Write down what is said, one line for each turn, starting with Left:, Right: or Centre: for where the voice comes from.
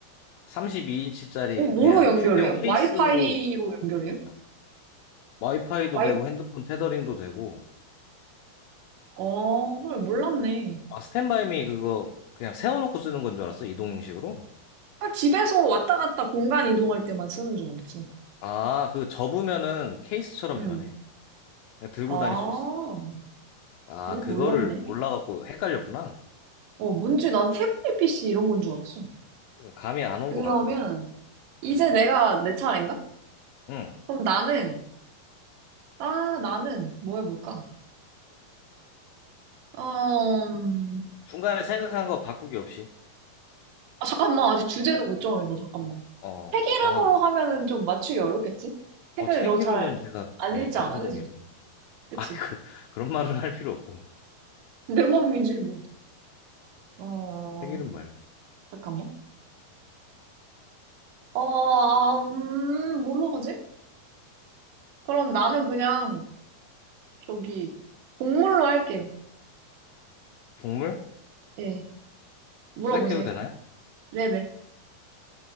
Left: 32인치짜리
Right: 어, 뭐로
Left: 그냥
Right: 연결해요?
Left: 휴대용 케이스로
Right: 와이파이로 연결해요?
Left: 잡혀. 와이파이도
Right: 와이,
Left: 되고 핸드폰 테더링도 되고.
Right: 어, 헐, 몰랐네.
Left: 아, 스탠바이미 그거 그냥 세워놓고 쓰는 건 줄 알았어, 이동형식으로?
Right: 아, 집에서 왔다 갔다 공간 이동할 때만 쓰는 줄 알았지.
Left: 아, 그 접으면은 케이스처럼
Right: 음.
Left: 변해. 그냥 들고
Right: 아,
Left: 다닐 수 있어. 아,
Right: 네,
Left: 그거를
Right: 몰랐네.
Left: 몰라갖고 헷갈렸구나.
Right: 어, 뭔지 난 태블릿 PC 이런 건 줄 알았어.
Left: 감이 안 온
Right: 그러면
Left: 것 같더라고.
Right: 이제
Left: 음.
Right: 내가 내 차례인가?
Left: 응.
Right: 그럼 나는 아 나는 뭐 해볼까? 어, 음,
Left: 중간에 생각한 거 바꾸기 없이.
Right: 아, 잠깐만 아직 주제도 못 정해서 잠깐만
Left: 어,
Right: 책 이름으로
Left: 정하면.
Right: 하면은 좀 맞추기 어렵겠지? 책을
Left: 어, 책
Right: 너
Left: 이름은
Right: 잘
Left: 제가
Right: 안
Left: 네,
Right: 읽지
Left: 비전공이라.
Right: 않아 그지? 그치?
Left: 아, <laughs> 그런 그런 말은 할 필요 없고.
Right: 내 몸이지 뭐. 어
Left: 책 이름 말고.
Right: 잠깐만. 어 음, 뭘로 하지? 그럼 나는 그냥 저기 동물로 할게요.
Left: 동물?
Right: 예 물어보세요.
Left: 시작해도 되나요?
Right: 네네